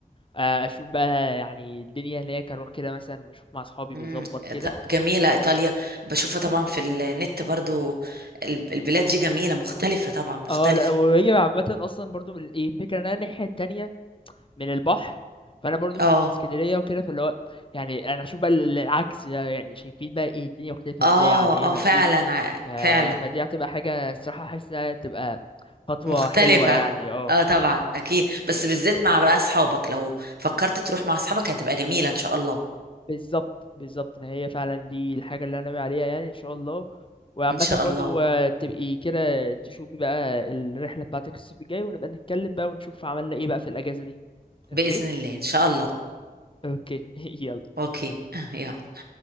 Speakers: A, on the left; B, on the right.
A: آه، اشوف بقى يعني الدنيا هناك اروح كده مثلا اشوف مع اصحابي
B: مم.
A: بيظبط
B: إيط-
A: كده
B: جميله ايطاليا بشوفها طبعا في النت برضو الب- البلاد دي جميله مختلفه طبعا مختلفه
A: اه لا وهي عامه اصلا برضو من ايه فكره ان انا الناحيه التانية من البحر فانا برضو مش
B: اه
A: في اسكندريه وكده فاللي هو يعني انا اشوف بقى العكس ده، يعني شايفين بقى ايه الدنيا مختلفه
B: اه
A: ازاي عن هنا
B: اه فعلا
A: وايه
B: ع-
A: ف...
B: فعلا
A: فدي هتبقى حاجة الصراحة حاسس انها تبقى خطوة
B: مختلفة
A: حلوة يعني اه
B: اه طبعا اكيد بس بالذات مع بقى اصحابك لو فكرت تروح مع اصحابك هتبقى جميلة ان شاء الله
A: بالظبط بالظبط ما هي فعلا دي الحاجة اللي انا ناوي عليها يعني ان شاء الله وعامة
B: ان شاء
A: برضو
B: الله
A: آه، تبقي كده تشوفي بقى الرحلة بتاعتك الصيف الجاي ونبقى نتكلم بقى ونشوف عملنا ايه بقى في الأجازة دي
B: بإذن
A: اوكي
B: الله ان شاء الله
A: اوكي <laughs> يلا
B: اوكي <laughs> يلا